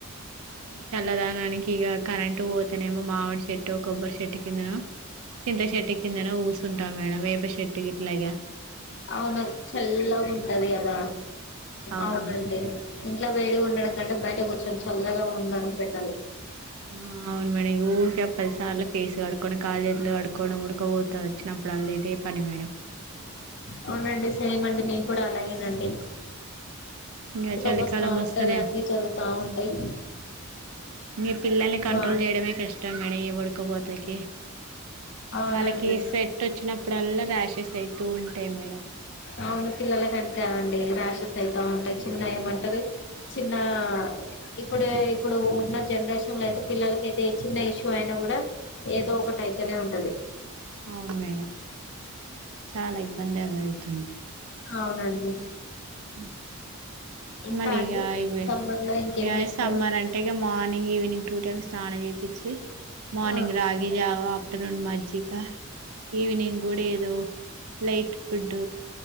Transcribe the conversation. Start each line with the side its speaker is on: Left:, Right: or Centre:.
Right: ఆ ఈ చల్లదనానికి ఇక కరెంట్ పోతానేమో మామిడి చెట్టు కొబ్బరి చెట్టు కిందనో చింతశెట్టి కిందన ఊసుంటావు మేడం వేపశెట్టుకి ఇట్లాగ
Left: అవును చల్లగా ఉంటది కదా
Right: అవును
Left: అవునండి
Right: మేడం
Left: ఇంట్లో వేడి ఉండడం కంటే బయట కూర్చొని చల్లగా ఉండడం బెట్టరు
Right: ఆ అవును మేడం ఊక పదిసార్లు ఫేస్ కడుకొని కాలజేజలు కడుక్కడం ఉడకపోతా వచ్చినప్పుడు వాళ్ళ ఇదే పని మేడం <inaudible>
Left: అవునండి సేమ్ అండి మేం కూడా అలాగేనండి
Right: ఇంగ చలికాలం
Left: ఇ వస్తా
Right: వస్తేనే
Left: ఉంటది అన్నీ జరుగుతా ఉంటాయి
Right: మీ పిల్లల్ని కంట్రోల్
Left: ఆ
Right: చేయడమే కష్టం మేడం ఉడకపోతాకి
Left: అవునండి
Right: వాళ్ళకి స్వెట్ వచ్చినప్పుడల్లా ర్యాషెస్ అవుతూ ఉంటాయి మేడం
Left: అవును పిల్లల అంతేఅండి రా ఉంటాయి చిన్న ఏమంటారు చిన్న ఇప్పుడు ఇప్పుడు ఉన్న జనరేషన్ ంలో అయితే పిల్లలకైతే చిన్న ఇష్యూ అయినా కూడా ఏదో ఒకటియితేనే ఉంటది.
Right: అవును మేడం చాలా ఇబ్బంది ఎదురవుతుంది
Left: అవునండి
Right: <unintelligible>
Left: ఇంకా
Right: మళ్ళీ
Left: అండి
Right: ఇక ఇవే
Left: సమ్మర్ లో ఇంకేం
Right: ఇక
Left: చేస్తారు
Right: సమ్మర్ అంటే ఇక మార్నింగ్ ఈవినింగ్ టూ టైమ్స్ స్నానం చేపించి మార్నింగ్
Left: ఆ
Right: రాగి జావు ఆఫ్టర్నూన్ మజ్జగ ఈవనింగ్ కూడా ఏదో లైట్ ఫుడ్